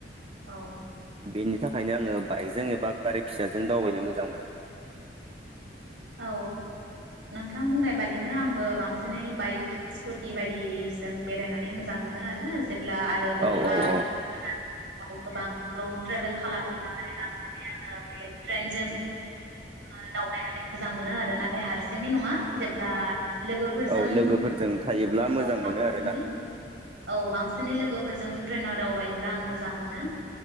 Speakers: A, on the right; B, on the right.
A: औ
B: बेनि थाखायनो आङो बाइकजों एबा गारि फिसाजों दावबायनो मोजां मोनो।
A: औ नोंथां बुंनाय बादिनो आंबो बां सिनै बाइक सिखुथि बादिजों बेरायनानै मोजां मोन मोनो आरो जेब्ला आरो बबेबा
B: औ औ औ
A: गोजान <unintelligible> गोबां लं ट्रेभेल खालामोब्ला माने बांसिनै आङो बे ट्रेनजों ओ दावबायनानै मोजां मोनो आरो नाथाय हारसिङै नङा जेब्ला लोगोफोरजों
B: औ लोगोफोरजों थायोब्ला मोजां
A: औ बांसिनै
B: मोनो आरो ना?
A: औ बांसिनै लोगोफोरजों ट्रेनआव दावबायोब्ला आं मोजां मोनो।